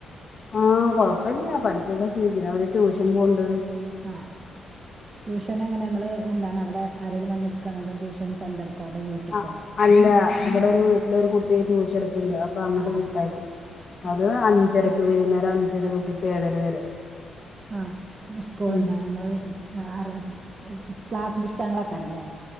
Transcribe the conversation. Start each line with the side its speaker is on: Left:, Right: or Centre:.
Left: ആഹ് കൊഴപ്പല്യ പഠിയ്ക്കൊക്കെ ചെയ്തു അവര് ട്യൂഷൻ പോവ്ണ്ട്
Right: ആഹ് ട്യൂഷൻ എങ്ങനെ നമ്മള് എന്താണ് അവിടെ ആരേലും വന്ന് ഇടുക്കാണോ അതോ ട്യൂഷൻ സെന്റർ ക്കോ അതോ വീട്ട്ക്കോ
Left: ആഹ് അല്ല ഇവടെ ഒരു വീട്ടിലൊരു കുട്ടി ട്യൂഷൻ ഇട്ക്ക്ണ്ട് അപ്പം അങ്ങട്ട്
Right: ആ
Left: വിട്ട് അയക്കും
Right: ആ
Left: അത് അഞ്ചരക്ക് വൈകുന്നേരം അഞ്ചര തൊട്ടിട്ട് ഏഴര വരെ
Right: ആഹ് നമ്മളെ സ്കൂൾ
Left: ഉം
Right: എന്താ നമ്മള് അറിയ അപ്പൊ സ് ക്ലാസ് പുസ്തകങ്ങള് അക്കാരല്ലേ